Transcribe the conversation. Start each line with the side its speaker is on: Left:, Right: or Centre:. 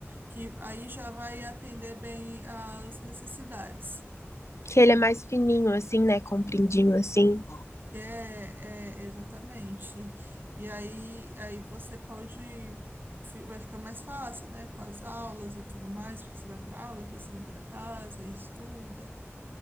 Right: que aí já vai atender bem às necessidades.
Left: Que ele é mais fininho assim, né, compridinho assim.
Right: É, é, exatamente. E aí, aí você pode, fi- vai ficar mais fácil, né? Com as aulas e tudo mais, porque você vai para aula, depois você vem para casa e estuda.